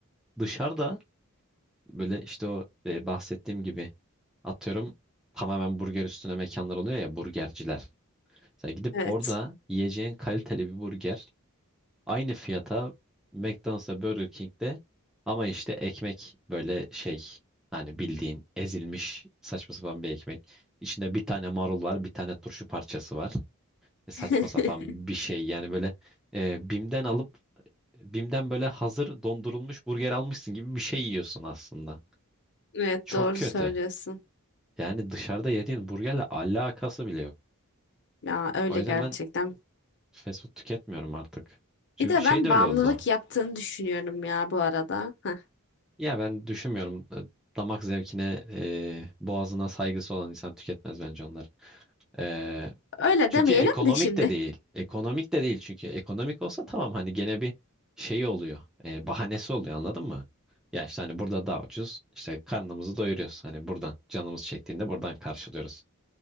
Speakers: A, in the centre; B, on the left (about 55°).
A: Dışarıda böyle işte o e, bahsettiğim gibi atıyorum tamamen burger üstüne mekanlar oluyor ya burgerciler. Sen gidip
B: Evet.
A: orada yiyeceğin kaliteli bir burger Aynı fiyata McDonald's'ta Burger King'de ama işte ekmek böyle şey hani bildiğin ezilmiş saçma sapan bir ekmek. İçinde bir tane marul var, bir tane turşu parçası var. E,
B: <laughs>
A: saçma sapan bir şey yani böyle e, Bim'den alıp Bim'den böyle hazır dondurulmuş burger almışsın gibi bir şey yiyorsun aslında.
B: Evet
A: Çok
B: doğru
A: kötü.
B: söylüyorsun.
A: Yani dışarıda yediğin burgerle alakası bile yok.
B: Ya öyle
A: O yüzden
B: gerçekten.
A: ben fast food tüketmiyorum artık. Çünkü
B: Bir de
A: şey
B: ben
A: de
B: bağımlılık
A: öyle oldu.
B: yaptığını düşünüyorum ya bu arada. Heh.
A: Ya ben düşünmüyorum. E, Damak zevkine, e, boğazına saygısı olan insan tüketmez bence onları. E,
B: Öyle
A: çünkü
B: demeyelim
A: ekonomik
B: de şimdi.
A: de değil. Ekonomik de değil çünkü. Ekonomik olsa tamam hani gene bir şeyi oluyor. E, bahanesi oluyor anladın mı? Ya işte hani burada daha ucuz. işte karnımızı doyuruyoruz. Hani buradan canımız çektiğinde buradan karşılıyoruz.